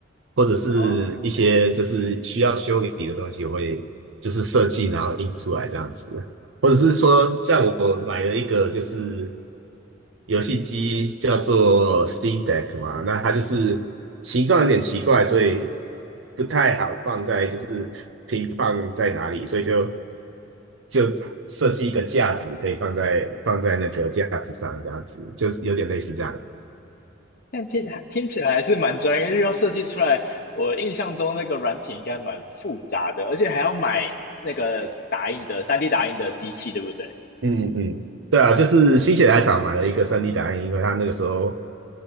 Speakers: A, on the right; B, on the left.
A: 或者是一些就是需要修理的东西，
B: 哦，
A: 我会就是设计然后印出来这样子。或者是说，
B: 哦，
A: 像我买了一个就是游戏机叫做 Steam Deck 嘛，那它就是形状有点奇怪，所以不太好放在就是平放在哪里，所以就就设计一个架子，可以放在放在那个架子上，这样子就是有点类似这样。
B: 但听还听起来还是蛮专业，因为要设计出来。我印象中那个软体应该蛮复杂的，而且还要买那个打印的三 d 打印的机器，对不对？
A: 嗯嗯，对啊，就是心血来潮买了一个 3D 打印，因为它那个时候